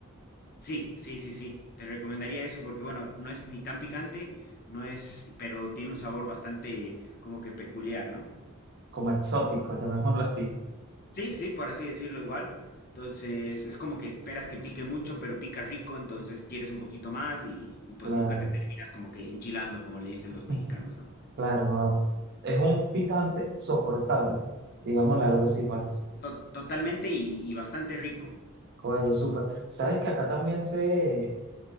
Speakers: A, on the left (about 45°); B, on the right (about 55°).
A: Sí, sí, sí, sí. Te recomendaría eso porque, bueno, no es ni tan picante, no es, pero tiene un sabor bastante como que peculiar, ¿no?
B: Como exótico, llamémoslo así.
A: Sí, sí, por así decirlo igual. Entonces, es como que esperas que pique mucho, pero pica rico, entonces quieres un poquito más y, y pues
B: Claro.
A: nunca te terminas como que enchilando, como le dicen
B: <laughs>
A: los mexicanos, ¿no?
B: Claro, no. Es un picante soportable, digámosle algo
A: To-
B: así, pues.
A: to- totalmente y, y bastante rico,
B: Oye, súper. ¿Sabes que acá también se,